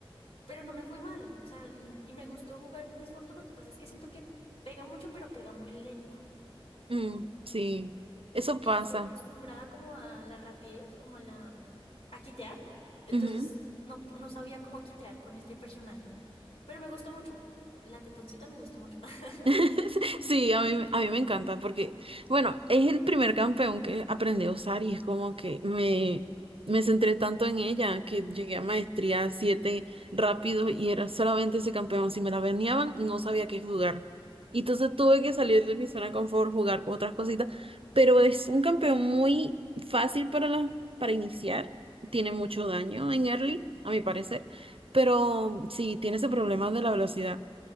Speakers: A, on the left; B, on the right.
A: pero no me fue mal, o sea, n- y me gustó jugar Miss Fortune, lo que pasa es que siento que pega mucho, pero pega muy lento.
B: Mm, sí, eso
A: Y
B: pasa.
A: yo estoy acostumbrada como a la rapidez, como a la... mm, a quitear, entonces
B: Ujú.
A: no, no sabía cómo quitear con este personaje, pero me gustó mucho, la tetoncita me gustó mucho. <laughs>
B: <laughs> Sí, a mí, a mí me encanta porque, bueno, es el primer campeón que aprendí a usar y es como que me, me centré tanto en ella que llegué a maestría 7 rápido y era solamente ese campeón. Si me la venían, no sabía qué jugar. Y entonces tuve que salir de mi zona de confort, jugar con otras cositas, pero es un campeón muy fácil para, la- para iniciar. Tiene mucho daño en early, a mi parecer, pero sí, tiene ese problema de la velocidad.